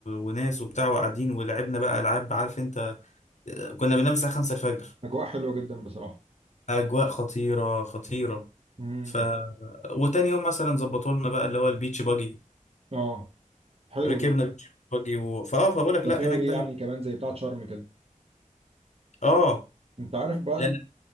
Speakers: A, on the left (about 60°); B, on the right (about 45°).
A: وناس وبتاع وقاعدين ولعبنا بقى ألعاب عارف أنت آه، كنا بننام الساعة خمسة الفجر
B: اجواء حلوه جدا بصراحه
A: أجواء خطيرة خطيرة
B: امم
A: ف وتاني يوم مثلا ظبطوا لنا بقى اللي هو البيتش باجي
B: اه حلو
A: ركبنا
B: ده
A: بيتش باجي و... فاه فبقول لك
B: سفاري
A: لا هناك دهب
B: يعني كمان زي بتاعه شرم كده
A: اه
B: انت عارف بقى
A: لا
B: ال...
A: لا